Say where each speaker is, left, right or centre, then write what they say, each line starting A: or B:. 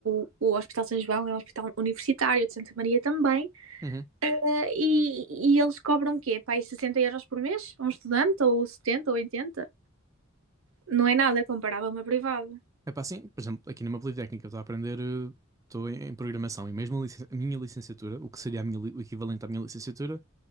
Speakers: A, on the right; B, on the right.
A: o, o Hospital São João é um hospital universitário de Santa Maria também,
B: uhum.
A: eh, e, e eles cobram o quê? Para aí 60 euros por mês? Um estudante, ou 70, ou 80? Não é nada comparado a uma privada.
B: É pá, sim, por exemplo, aqui numa Politécnica, eu estou a aprender, eh, estou em, em programação e mesmo a, licen- a minha licenciatura, o que seria a minha li- o equivalente à minha licenciatura,